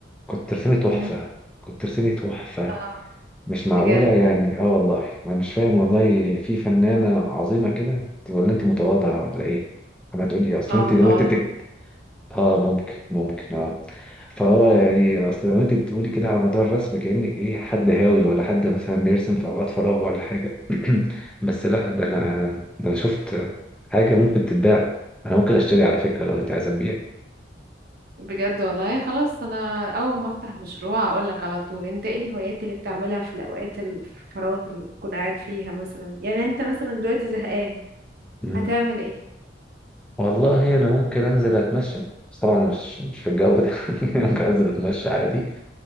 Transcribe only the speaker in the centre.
كنت ترسمي تحفه
كنت ترسمي تحفه
مش معقوله
يعني اه والله ما مش فاهم والله في فنانه عظيمه كده ولا انت متواضعه ولا ايه اما تقولي اصل
انت
لو انت بتك- اه ممكن ممكن اه فهو يعني اصل لو انت بتقولي كده على موضوع الرسم كأنك ايه حد هاوي ولا حد مثلا بيرسم في اوقات فراغه ولا حاجة <clears throat> بس لا ده انا ده انا شفت حاجة ممكن تتباع انا ممكن اشتري على فكرة لو انت عايزة تبيع
مم.
والله انا ممكن انزل اتمشى بس طبعا مش مش في الجو ده <laughs> ممكن انزل اتمشى عادي